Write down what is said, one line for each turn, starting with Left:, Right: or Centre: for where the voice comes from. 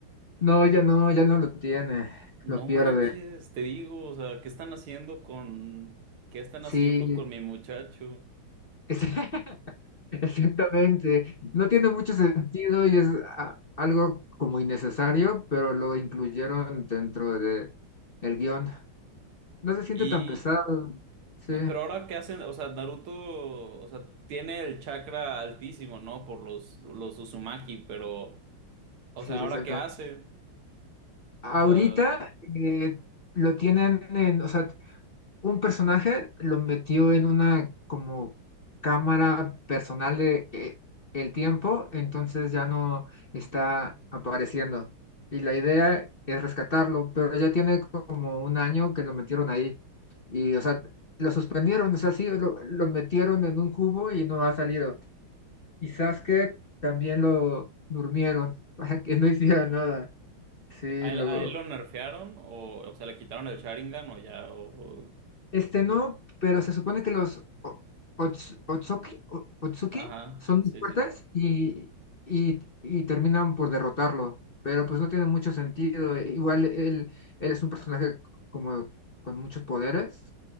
Left: no, ya no, ya no lo tiene,
Right: No
Left: lo pierde.
Right: manches, te digo, o sea, ¿qué están haciendo con, qué están
Left: Sí,
Right: haciendo con mi muchacho?
Left: es- <laughs> exactamente. No tiene mucho sentido y es a- algo como innecesario, pero lo incluyeron dentro de el guión. No se siente
Right: Y,
Left: tan pesado. Sí,
Right: no, pero ahora qué hacen, o sea, Naruto, o sea, tiene el chakra altísimo, ¿no? Por los, los Uzumaki, pero, o
Left: sí,
Right: sea,
Left: exactamente.
Right: ¿ahora qué hace?
Left: Ahorita
Right: O sea,
Left: eh, lo tienen en, o sea, un personaje lo metió en una como cámara personal de eh, el tiempo, entonces ya no está apareciendo. Y la idea es rescatarlo, pero ya tiene como un año que lo metieron ahí. Y, o sea, lo suspendieron, o sea, sí, lo, lo metieron en un cubo y no ha salido. Y Sasuke también lo durmieron <laughs> para que no hiciera nada. Sí,
Right: ¿a
Left: lo,
Right: él, a él lo nerfearon o, o sea, le quitaron el Sharingan o ya, o,
Left: Este no,
Right: o-
Left: pero se supone que los o- ots- Otsuki, o- Otsuki
Right: ajá,
Left: son muy
Right: sí,
Left: fuertes
Right: sí.
Left: y, y, y terminan por derrotarlo, pero pues no tiene mucho sentido. e- Igual él, él es un personaje como con muchos poderes